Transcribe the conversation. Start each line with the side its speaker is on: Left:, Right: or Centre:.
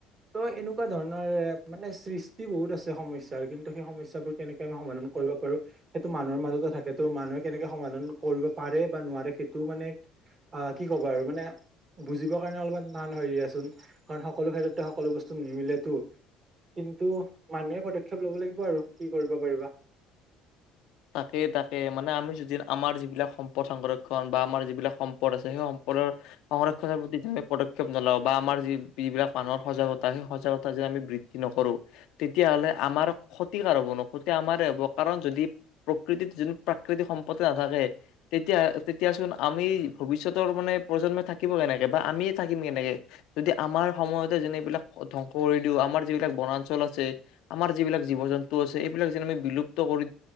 Right: ত এনেকুৱা ধৰণৰ মানে সৃষ্টি বহুত আছে সমস্যাৰ কিন্তু সেই সমস্যাৰ বোৰ- কেনেকে আমি সমাধান কৰিব পাৰো। সেইটো মানুহৰ মাজতে থাকে ত' মানুহে কেনেকে সমাধান কৰিব পাৰে বা নোৱাৰে সেইটো মানে- আহ কি ক'বা আৰু মানে- বুজিবৰ কাৰণে অলপমান টান হয় দিয়া চোন কাৰণ সকলো ক্ষেত্ৰতে সকলো বস্তু নিমিলেতো। কিন্তু মানুহে পদক্ষেপ ল'ব লাগিব আৰু কি কৰিব পাৰিবা।
Left: তাকে তাকে মানে আমি যদি আমাৰ যিবিলাক সম্পদ সংৰক্ষণ বা আমাৰ যিবিলাক সম্পদ আছে সেই সম্পদৰ- সংৰক্ষণৰ প্ৰতি যে আমি পদক্ষেপ নলওঁ বা আমাৰ যি যিবিলাক মানুহৰ সজাগতা সেই সজাগতা যে আমি বি বিধি নকৰো তেতিয়া হ'লে আমাৰ ক্ষতিকাৰ হ'ব ন ক্ষতি আমাৰে হ'ব কাৰণ যদি- প্ৰকৃতিত যোন প্ৰাকৃতিক সম্পত্তি নাথাকে। তেতিয়া তেতিয়াচোন আমি ভৱিষ্যতৰ মানে প্ৰজন্মই থাকিব কেনেকে বা আমিয়ে থাকিম কেনেকে। যদি আমাৰ সময়তে যেন এইবিলাক ধ্বংস কৰি দিওঁ আমাৰ যিবিলাক বনাঞ্চল আছে- আমাৰ যিবিলাক জীৱ জন্তু আছে এইবিলাক যে আমি বিলুপ্ত কৰি